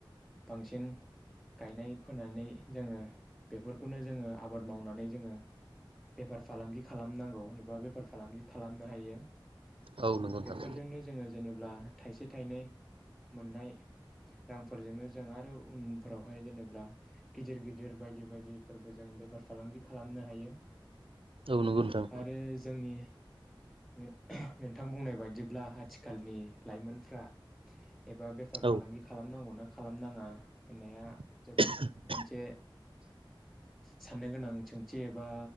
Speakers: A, in the centre; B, on the right (about 80°).
A: बांसिन गायनाय फोनानै जोङो बेफोरखौनो जोङो आबाद मावनानै जोङो बेफार फालांगि खालामनांगौ एबा बेफार फालांगि खालामनो हायो।
B: नोंथां औ नंगौ नोंथां
A: बेफोरजोंनो जोङो जेनेबा थाइसे थाइनै। मोननाय रांफोरजोंनो जों आरो उनफोरावहाय जेनेबा गिदिर गिदिर बायदि बायदिफोरबो जों बेफार फालांगि खालामनो हायो।
B: औ नंगौ नोंथां
A: आरो जोंनि। नोंथां बुंनाय बायदिब्ला आथिखालनि लाइमोनफ्रा एबा बेफार
B: औ
A: फालांगि खालामनांगौ ना खालाम नाङा होननाया
B: <inaudible>
A: जोबोद मोनसे साननो गोनां सोंथि एबा